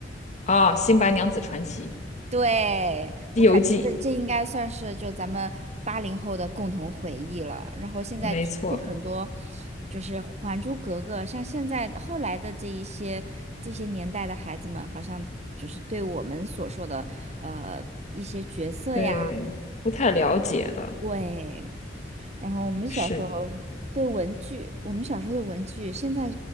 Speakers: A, on the left; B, on the right.
A: 啊，《新白娘子传奇》
B: 对，我感觉这这应该算是就咱们八零后的共同回忆了。
A: 《西游记》，
B: 然后现在听很多，
A: 没错，
B: 就是《还珠格格》，像现在后来的这一些这些年代的孩子们，好像就是对我们所说的呃一些角色呀。
A: 对，不太了解了。
B: 对，然后我们小时候对文具，
A: 是
B: 我们小时候的文具，现在